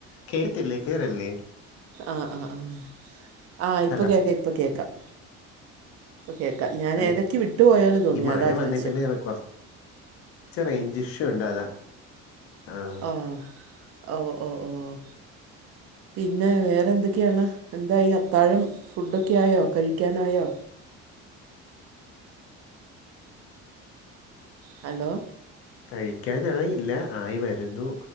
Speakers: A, on the left; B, on the right.
A: കേട്ടില്ലേ ക്ലിയറല്ലേ
B: ആഹ് ആഹ് ആഹ് ആഹ് ഇപ്പൊ
A: ഹലോ
B: കേക്കാം ഇപ്പം കേക്കാം കേക്കാ ഞാൻ
A: ആ,
B: ഇടയ്ക്ക് വിട്ടുപോയാല് തോന്നിയ
A: ഈ മഴ
B: അതാ ചോദിച്ചത്
A: വന്നേ പിന്നെ റെ- കുറച്ച് <unintelligible> റേഞ്ച് ഇഷ്യു ഉണ്ട് അതാ ആ
B: ആഹ് ഓഹ് ഓഹ് ഓഹ് പിന്നെ വേറെ എന്തൊക്കെയാണ് എന്താ ഈ അത്താഴം ഫുഡൊക്കെ ആയോ കഴിക്കാനായോ ഹലോ
A: കഴിക്കാനായില്ല ആയി വരുന്നു